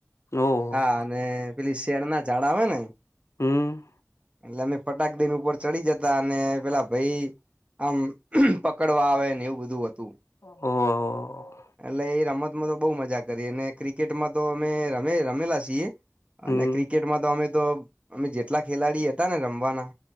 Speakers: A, on the left; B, on the right.
A: ઓહ
B: હા અને પેલી શેરના ઝાડ આવે ને
A: હમ
B: એટલે અમે ફટાકડાન ઉપર ચડી જતા અને પેલા ભાઈ આમ પકડવા આવે ને એવું બધું હોતું
A: ઓહ
B: એટલે એ રમતમાં તો બહ મજા કરીને ક્રિકેટમાં તો અમે રમે રમેલા છીએ
A: હમ્મ
B: અને ક્રિકેટમાં તો અમે તો અમે જેટલા ખેલાડી હતા ને રમવાના